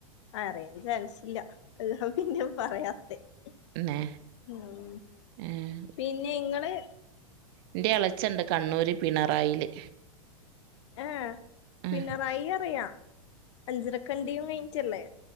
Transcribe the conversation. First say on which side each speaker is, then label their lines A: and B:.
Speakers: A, on the left; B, on the right.
A: ആ അറിയാം എന്നച്ചാ ഇല്ല അത് ഞാൻ പിന്നെ പറയാ <unintelligible>
B: ന്നെ
A: ഉം
B: ഏഹ്
A: പിന്നെ ഇങ്ങള്
B: എന്റെ ഇളച്ചിണ്ട് കണ്ണൂര് പിണറായില്
A: ആ പിണറായി
B: ആഹ്
A: അറിയാം അഞ്ചരക്കണ്ടിയും കഴിഞ്ഞിട്ടല്ലേ